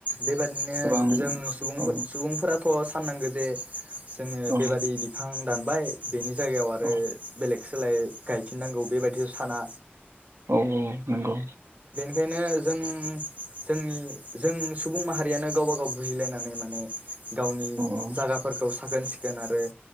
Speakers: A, on the right (about 35°); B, on the right (about 80°).
A: बेबादिनो
B: गोबां
A: जों
B: औ
A: सुबुंफोराथ' फाननांगोन बे जोङो
B: औ
A: बेबादि बिफां दानबाय बेनि जायगायाव आरो
B: औ
A: बेलेग सोलाय गायफिननांगौ बेबायदिखौ साना
B: औ औ नंगौ
A: ओंखायनो जों जोंनि जों सुबुं माहारियानो गावबा गाव बुजिलायनानै माने गावनि
B: औ
A: जागाफोरखौ स साखोन सिखोन आरो